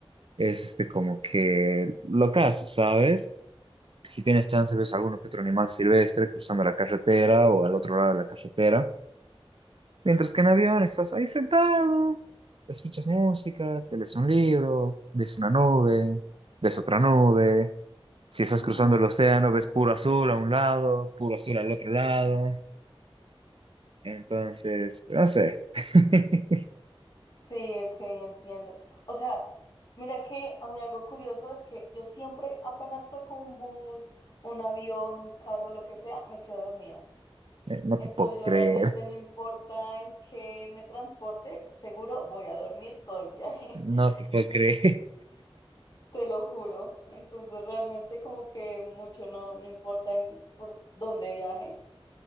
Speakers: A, on the right; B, on the left.
A: es este como que lo caso, ¿sabes? Si tienes chance, ves alguno que otro animal silvestre cruzando la carretera o al otro lado de la carretera. Mientras que en avión estás ahí sentado, escuchas música, te lees un libro, ves una nube, ves otra nube. Si estás
B: Ujú.
A: cruzando el océano, ves puro azul a un lado, puro azul al otro lado. Entonces, no sé. <laughs>
B: Sí, ok, entiendo. O sea, mira que a mí algo curioso es que yo siempre apenas toco un bus, un avión, un carro, lo que sea, me quedo dormida.
A: Eh, No
B: Entonces
A: te puedo
B: yo
A: creer.
B: realmente no importa en qué me transporte, seguro voy a dormir todo el viaje.
A: No te puedo
B: <laughs>
A: creer.
B: Te lo juro. Entonces realmente como que mucho no, no importa en- por dónde viaje.